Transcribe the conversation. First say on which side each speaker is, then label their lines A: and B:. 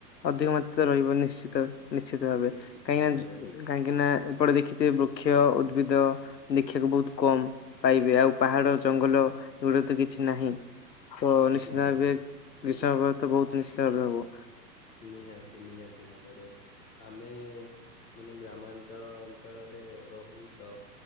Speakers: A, on the left; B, on the left.
A: ଅଧିକ ମାତ୍ରାରେ ରହିବ ନିଶ୍ଚିତ ନିଶ୍ଚିତ ଭାବେ।
B: ନିଶ୍ଚିତ
A: କାହିଁକିନା
B: ଭାବରେ
A: କାହିଁକି ନା ଏପଟେ ଦେଖିଥିବେ ବୃକ୍ଷ ଉଦ୍ଭିଦ ଦେଖିବାକୁ ବହୁତ କମ ପାଇବେ। ଆଉ ପାହାଡ଼ ଜଙ୍ଗଲ ଏଗୁଡ଼ା ତ କିଛି ନାହିଁ। ତ ନିଶ୍ଚିନ୍ତ
B: ଆଜ୍ଞା ଆଜ୍ଞା
A: ଭାବେ ଗ୍ରୀଷ୍ମ ଭ ତ ବହୁତ ନିଶ୍ଚିନ୍ତ ଭାବେ ହବ।
B: ନିହାତି ନିହାତି ଭାବରେ ଆମେ ମାନେ ଗ୍ରାମାଞ୍ଚଳ ଅଞ୍ଚଳରେ ରହୁ ତ